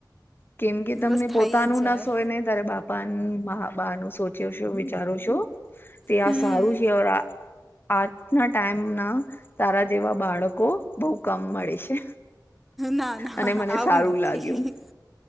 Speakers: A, on the left (about 30°); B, in the centre.
A: કેમ કે તમને
B: બસ થઈ
A: પોતાનું
B: જાય
A: નાસોયને. તારે બાપા બા નું સોચ્યો છું વિચારો છો. તે
B: હમ
A: આ સારું છેર આ આ. ના ટાઈમ ના તારા જેવા બાળકો બઉુ કામ મળે છે.
B: ના ના
A: અને મને
B: આવું
A: સારું
B: નથી
A: લાગ્યું.